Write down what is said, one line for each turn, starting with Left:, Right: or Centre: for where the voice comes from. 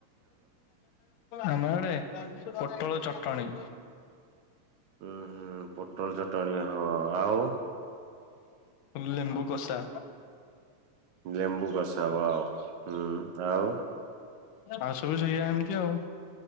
Left: ଆମ ଆଡେ ପୋଟଳ ଚ ଟଣି
Right: ହୁଁ ହୁଁ ପୋଟଳ ଚଟଣି ହଁ ଆଉ?
Left: ଲେମ୍ବୁ କଷା
Right: ଲେମ୍ବୁ ଗଶା ହବ ଆଉ ହୁଁ ଆଉ
Left: ଆଉ ସବୁ ସେଇଆା ଏମିତି ଆଉ।